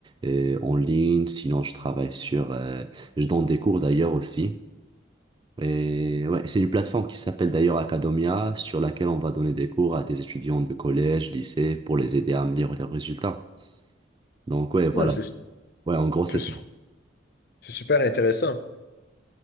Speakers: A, on the right; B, on the left.
A: euh, en ligne, sinon je travaille sur... euh, je donne des cours d'ailleurs aussi. Et ouais, c'est une plateforme qui s'appelle d'ailleurs Academia, sur laquelle on va donner des cours à des étudiants de collège, lycée, pour les aider à améliorer leurs résultats. Donc ouais, voilà.
B: Ah, c'est
A: Ouais, en gros, c'est
B: C'est
A: ça.
B: su- c'est super intéressant.